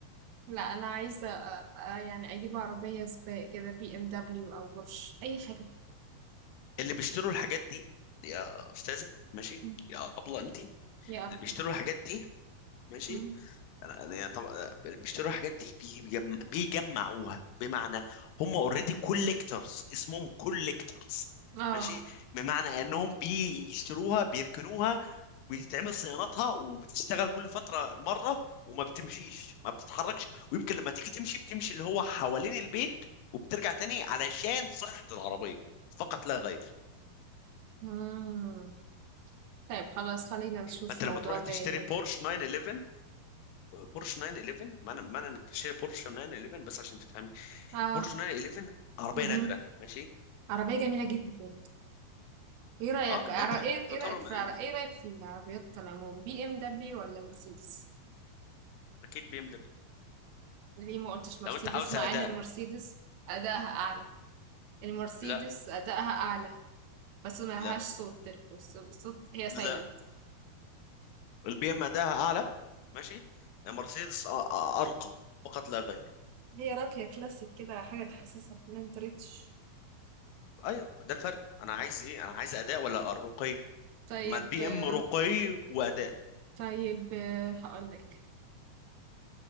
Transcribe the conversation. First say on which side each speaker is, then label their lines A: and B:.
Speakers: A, on the right; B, on the left.
A: لأ أنا عايزة أ أ يعني أجيب عربية سباق كده BMW أو Porsche أي حاجة.
B: اللي بيشتروا الحاجات دي يا استاذه ماشي
A: إمم.
B: يا ابله انت
A: يا
B: اللي
A: أفضل.
B: بيشتروا الحاجات دي ماشي
A: إمم.
B: أنا- يعني طب بيشتروا الحاجات دي بيجم... بيجمعوها بمعنى هم اوريدي كوليكتورز اسمهم كوليكتورز
A: آه.
B: ماشي بمعنى انهم بيشتروها بيركنوها بيتعمل صيانتها وبتشتغل كل فترة مرة وما بتمشيش ما بتتحركش ويمكن لما تيجي تمشي بتمشي اللي هو حوالين البيت وبترجع تاني علشان صحة العربية فقط لا غير
A: إمم. طيب خلاص خلّينا نشوف
B: فانت لما
A: موضوع
B: تروح
A: تاني.
B: تشتري بورش 911 بورش 911 معنى معنى انك تشتري بورش 911 بس عشان تفهم
A: آه.
B: بورش 911 عربيه
A: اهم.
B: نادره ماشي
A: عربية جميلة جدًا. إيه رأيك
B: اه
A: عر
B: نادره
A: إيه
B: تعتبر
A: إيه رأيك في
B: م-
A: عر إيه
B: م-
A: رأيك في العربيات كالعموم، BMW والّا Mercedes؟
B: اكيد بي ام دبليو
A: ليه ما قلتش مرسيدس
B: لو انت عاوز
A: مع
B: اداء
A: ان المرسيدس ادائها اعلى المرسيدس
B: لا
A: ادائها اعلى بس ما
B: لا
A: لهاش صوت بس- صوت هي سايلنت
B: لا البي ام اداها اعلى ماشي مرسيدس أ- أ- ارقى فقط لا غير
A: هي راقية كلاسيك كده حاجة تحسسك ان انت ريتش
B: ايوه ده الفرق انا عايز ايه انا عايز اداء ولا رقي
A: طيب
B: ما البي
A: آه،
B: ام رقي واداء
A: طيب آه، هقولك